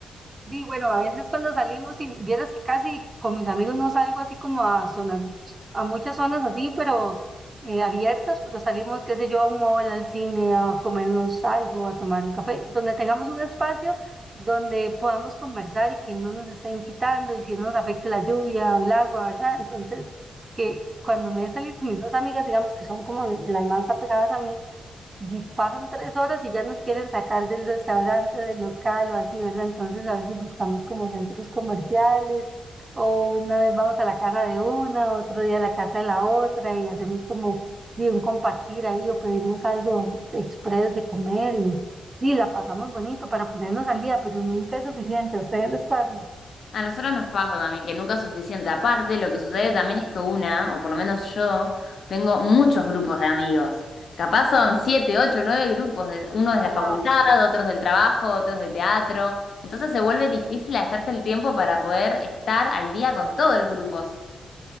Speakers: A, on the right (about 30°); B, on the left (about 60°).
A: Di, bueno, a veces cuando salimos, y vieras que casi con mis amigos no salgo así como a zonas, a muchas zonas así, pero eh, abiertas, pero salimos, qué sé yo, a un mall, al cine, a comernos algo, a tomar un café, donde tengamos un espacio donde podamos conversar y que no nos estén quitando y que no nos afecte la lluvia o el agua, ¿verdad? Entonces, que cuando me he salido con mis dos amigas, digamos que son como las más apegadas a mí, y pasan tres horas y ya nos quieren sacar del restaurante, del local o así, ¿verdad? Entonces a veces buscamos como centros comerciales o una vez vamos a la casa de una, otro día a la casa de la otra y hacemos como de un compartir ahí o pedimos algo express de comer y, y la pasamos bonito para ponernos al día, pero nunca es suficiente. ¿A ustedes les pasa?
B: A nosotros nos pasa también que nunca es suficiente. Aparte, lo que sucede también es que una, o por lo menos yo, tengo muchos grupos de amigos. Capaz son siete, ocho, nueve grupos, de, unos de la
A: Wow,
B: facultad, otros del trabajo, otros de teatro. Entonces se vuelve difícil hacerse el tiempo para poder estar al día con todos los grupos.